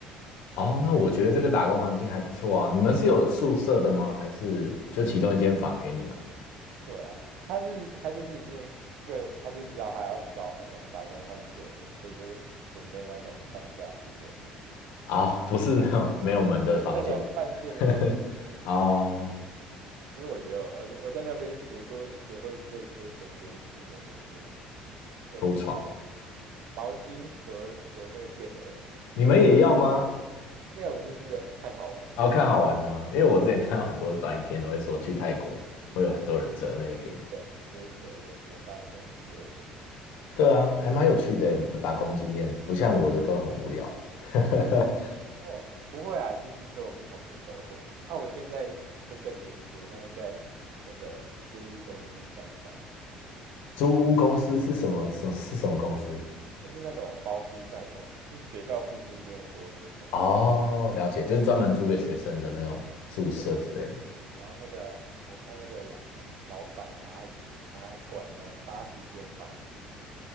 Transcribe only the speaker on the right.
就觉得
嗯，对啊，他是他就是已经为他就知道他要招那种打工换宿的人，所以就是准备那种上下铺给我们住，
没有没有就是
<laughs> 那种饭店的房子。
其实我觉得我在我在那边学过学会最最神奇的技能，就是用那个
毛巾折折那个天鹅，
没有，就是看好玩，
就看
要付钱就会折一个什么大象之类的。
哦，不会啊，就是都有不同的收获。啊，我现在都更神奇，我现在在那个租屋公司上班，
就是那种包租代管，就是学校附近就很多学生会
对，然后那个我看那个老老板阿姨，她管了八十间房子。